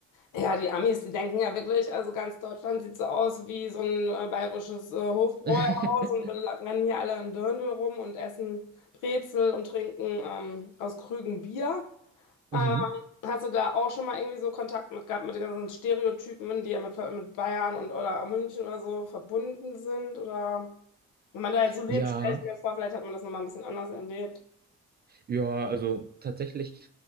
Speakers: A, on the left; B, on the right.
A: ja, die Amis, die denken ja wirklich, also ganz Deutschland sieht so aus wie so ein äh, bayerisches äh, Hofbräuhaus
B: <laughs>
A: und wir rennen hier alle in Dirndl rum und essen Brezel und trinken ähm, aus Krügen Bier.
B: Mhm.
A: Ähm, hast du da auch schon mal irgendwie so Kontakt mit gehabt, mit den ganzen Stereotypen, die ja mit, mit Bayern und oder München oder so verbunden sind? Oder wenn man da jetzt so lebt,
B: Ja,
A: stelle ich mir vor, vielleicht hat man das nochmal ein bisschen anders erlebt.
B: ja, also tatsächlich,